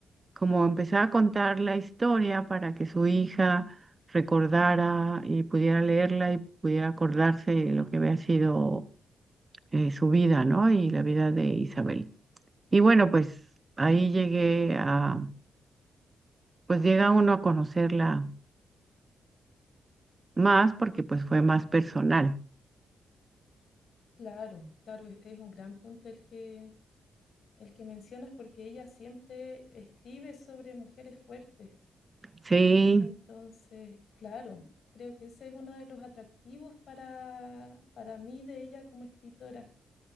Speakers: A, on the right; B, on the left.
A: como empezar a contar la historia para que su hija recordara y pudiera leerla y pudiera acordarse de lo que había sido eh, su vida, ¿no? Y la vida de Isabel. Y bueno, pues ahí llegué a, pues llega uno a conocerla más porque pues fue más personal.
B: Claro, claro, es, es un gran punto el que, el que mencionas porque ella siempre escribe sobre mujeres fuertes
A: Sí.
B: Entonces, claro, creo que ese es uno de los atractivos para, para mí de ella como escritora.